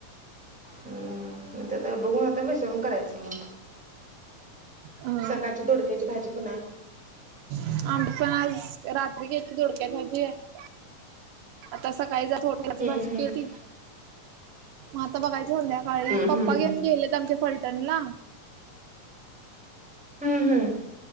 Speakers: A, in the centre; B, on the right.
A: हम् मग ते तर बघून आता बेसवरून करायचं मग
B: हा
A: सकाळची दडोडक्याची भाजी पण आहे.
B: आंबड पण आज रात्री घेतली धोडक्यात भाजी आहे आता सकाळी जा थोड फौज वाज
A: हम्म, हम्म.
B: के ती म आता बघायचं संध्याकाळी
A: हम्म,
B: पप्पा
A: हम्म.
B: घेऊन गेलेत आमच्या फलटणला.
A: हम्म हम्.